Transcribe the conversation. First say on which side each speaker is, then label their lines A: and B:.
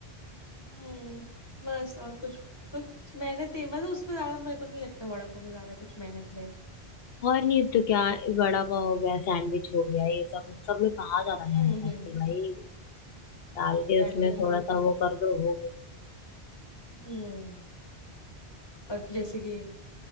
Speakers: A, on the left (about 25°); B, on the left (about 65°).
A: हम्म बस और कुछ कुछ मेहनत ही मतलब उसमें ज्यादा मेरे को नहीं लगता वड़ा पाव में ज्यादा कुछ मेहनत रहेगी
B: और नहीं तो क्या वड़ा पाव हो गया सैंडविच हो गया ये सब इन सब में कहाँ ज्यादा
A: हम्म
B: मेहनत लगती
A: हम्म
B: है भाई डाल के
A: सैंडविच
B: उसमें थोड़ा
A: भी
B: सा वो कर दो हो गया
A: हम्म और जैसे कि